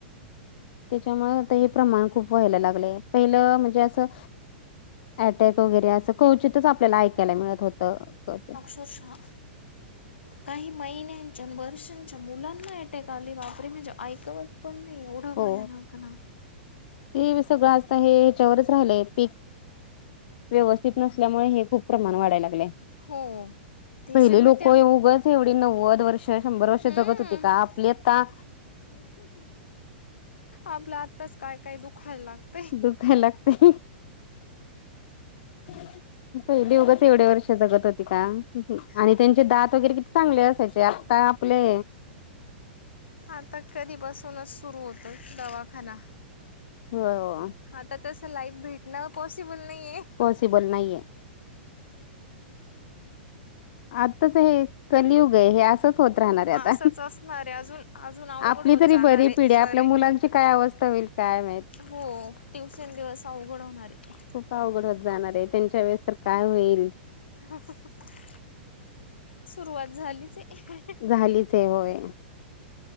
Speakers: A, on the left (about 60°); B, on the left (about 80°).
A: त्याच्यामुळे आता हे प्रमाण खूप व्हायला लागलंय पहिलं म्हणजे असं अटॅक वगैरे असं कवचितच आपल्याला ऐकायला मिळत होत क
B: शुषा काही महिन्यांच्या वर्षांच्या मुलांना अटेक आली वापर म्हणजे ऐकवत. पण नाय एवढं
A: हो
B: मायानक ना.
A: ते सगळं असता हे ह्याच्यावरच राहिलंय पीक. व्यवस्थित नसल्यामुळे हे खूप प्रमाण वाढायला लागले
B: हो. ते
A: पहिले
B: सगळं
A: लोक
B: त्या
A: ये उगच. एवढी नव्वद वर्ष शंभर वर्ष
B: हम्म
A: जगत होती का आपली आता.
B: आपला आत्ताच काय काय दुखायला लागत.
A: दुखय लागते. पहिले उगाच एवढे वर्ष जगत होती का.
B: हा
A: आणि त्यांचे दात वगैरे किती चांगले असायचे आत्ता आपले.
B: आता कधीपासूनच सुरू होतं दवाखाना.
A: होय ओ.
B: आता तसं लाईफ भेटणं पॉसिबल नाहीये.
A: पॉसिबल नाही आहे. आताच हे कलियुग आहे हे अस. असंच राहनार आता
B: असंच असणार आहे अजून अजून अवघड
A: आपली
B: होत
A: तरी
B: जाणार
A: बरी
B: आहे
A: पिढी आपल्या
B: बरे.
A: मुलांचं काय अवस्था होईल. काय माहत.
B: हो दिवसेल दिवस अवघड होणार आहे.
A: खूप अवघड होत जाणार आहे त्यांच्या वेळेस तर काय होईल.
B: ह सुरुवात झालीच हाय.
A: झालीच आहे होय.